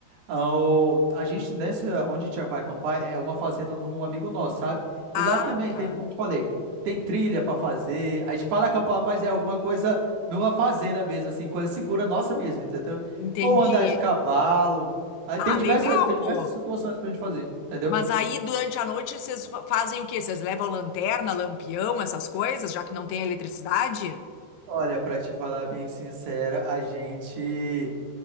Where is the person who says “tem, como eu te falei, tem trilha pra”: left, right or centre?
Right